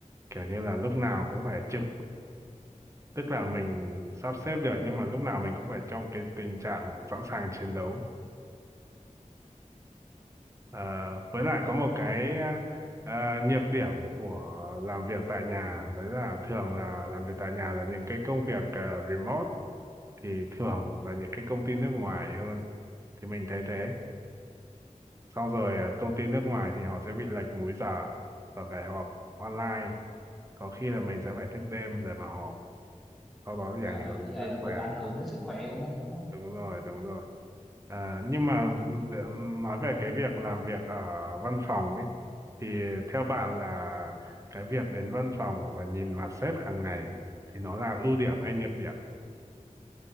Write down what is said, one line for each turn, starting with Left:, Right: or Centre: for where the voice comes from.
Right: Kiểu như là lúc nào cũng phải trực, tức là mình sắp xếp được nhưng mà lúc nào mình cũng phải trong cái tình trạng sẵn sàng chiến đấu. Ờ, với
Centre: Ừ.
Right: lại có một cái uh, uh, nhược điểm của làm việc tại nhà, đấy là thường là làm việc tại nhà là những cái công việc uh, remote thì thường là những cái công ty nước ngoài hơn. Thì mình thấy thế. Xong rồi uh, công ty nước ngoài thì họ sẽ bị lệch múi giờ và phải họp online có khi là mình sẽ phải thức đêm để mà họp sau đó thì
Centre: Ờ,
Right: ảnh hưởng
Centre: như
Right: đến
Centre: vậy
Right: sức
Centre: là
Right: khỏe
Centre: cũng ảnh hưởng đến sức khỏe của mình đúng không?
Right: đúng rồi đúng rồi à, nhưng mà để nói về cái việc làm việc ở văn phòng ấy thì theo bạn là cái việc đến văn phòng và nhìn mặt sếp hàng ngày thì nó là ưu điểm hay nhược điểm